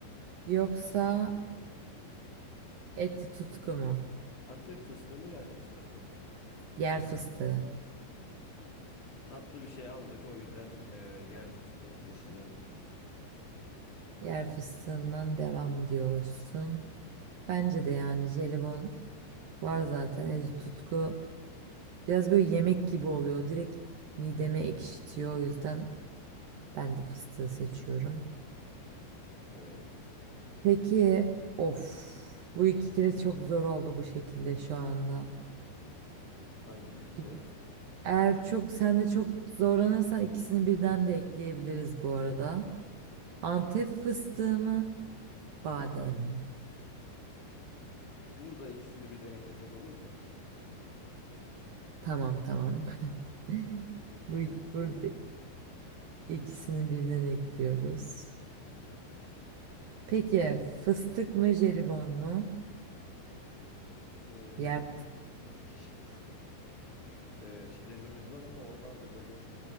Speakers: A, on the right; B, on the left.
A: yoksa eti tutku mu?
B: Antep fıstığı mı yer fıstığı mı?
A: Yer fıstığı.
B: Tatlı bir şey aldık o yüzden e, yer fıstığını seçeceğim.
A: Yer fıstığından devam diyorsun. Bence de yani jelibon var zaten eti tutku. Biraz böyle yemek gibi oluyor. Direkt mideme ekşitiyor. O yüzden ben de fıstığı seçiyorum.
B: Evet.
A: Peki of bu ikili çok zor oldu bu şekilde şu anda.
B: Hangi ikili?
A: İ- Eğer çok sen de çok zorlanırsan ikisini birden de ekleyebiliriz bu arada. Antep fıstığı mı, badem mi?
B: Burada ikisini birden eklesek olur mu?
A: Tamam tamam. <laughs>
B: İkiliyi
A: Bu ik- burada
B: bir...
A: ikisini birden ekliyoruz. Peki fıstık mı jelibon mu?
B: E,
A: Yer fıstığı.
B: iki çeşit e, çerezimiz var ama onlar da böyle